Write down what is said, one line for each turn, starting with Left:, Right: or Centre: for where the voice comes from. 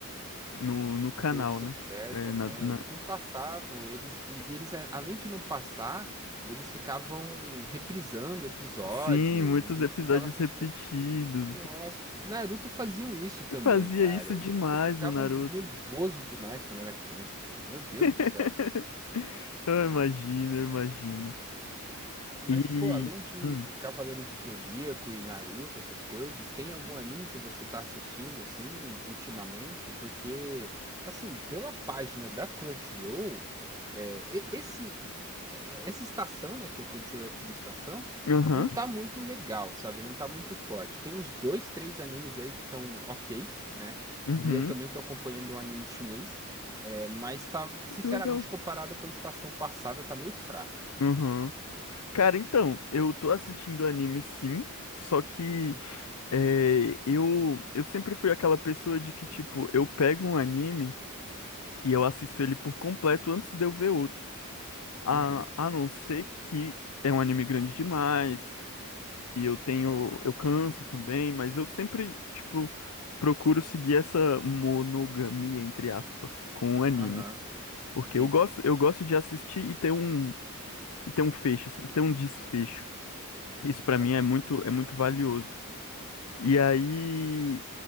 Left: no, no canal,
Right: na televisão
Left: né?
Right: aberta,
Left: É, na,
Right: né?
Left: na-
Right: Eles não passavam, eles e, e eles a- além de não passar, eles ficavam reprisando episódio
Left: Sim, muitos
Right: e a gente
Left: episódios
Right: ficava assistindo.
Left: repetidos.
Right: Nossa, Naruto faziam isso também,
Left: Eu Fazia
Right: cara.
Left: isso
Right: Eu
Left: demais
Right: lembro que eu ficava
Left: no Naruto.
Right: nervoso demais quando era criança, cara. Meu Deus
Left: <laughs>
Right: do céu.
Left: Eu imagino, eu imagino.
Right: Mas,
Left: E.
Right: pô, além de
Left: Hum.
Right: Cavaleiros do Zodíaco e Naruto, essas coisas, tem algum anime que você tá assistindo, assim, ultimamente? Porque, assim, pela página da Crunchyroll, é, e- esse, é, essa estação, né, que é Crunchyroll por estação,
Left: Aham.
Right: não tá muito legal, sabe? Não tá muito forte. Tem uns dois, três animes aí que estão ok, né?
Left: Uhum.
Right: E eu também tô acompanhando um anime chinês, é, mas tá, sinceramente,
Left: Que legal.
Right: comparado com a estação passada, tá meio fraco.
Left: Aham. Cara, então, eu tô assistindo anime sim. Só que
Right: Uhum.
Left: é, eu, eu sempre fui aquela pessoa de que, tipo, eu pego um anime e eu assisto ele por completo antes de eu ver outro. A,
Right: Uhum.
Left: a não ser que é um anime grande demais. e eu tenho, eu canso também, mas eu sempre, tipo, procuro seguir essa monogamia, entre aspas, com animes.
Right: Aham,
Left: Porque
Right: entendi.
Left: eu gosto, eu gosto de assistir e ter um, e ter um fecho, sempre ter um desfecho. Isso pra
Right: Saquei.
Left: mim é muito, é muito valioso. E aí,